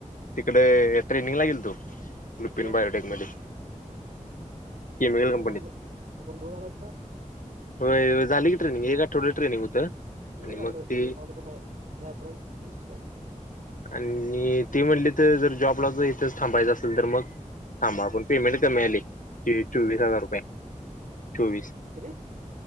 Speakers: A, on the left; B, on the right.
A: तिकडे ट्रेनिंगला गेलतो
B: कुठल्या
A: लुपिन बायोटेक मध्ये केमिकल
B: मग काय
A: कंपनीत
B: गुंड गुंडळून आलास का?
A: होय. झालं की ट्रेनिंग, एक आठवड्याचं ट्रेनिंग होतं
B: एक
A: आणि मग
B: आठवड्याचं होतं
A: ते
B: होय मला वाटलं तुम्ही नाय <unintelligible>
A: आण्णी ती म्हणली तर जर जॉबला जर इथच थांबायचं असेल तर मग थांबा पण पेमेंट कमी आलंय. हे चोवीस
B: किती
A: हजार रुपये चोवीस
B: किती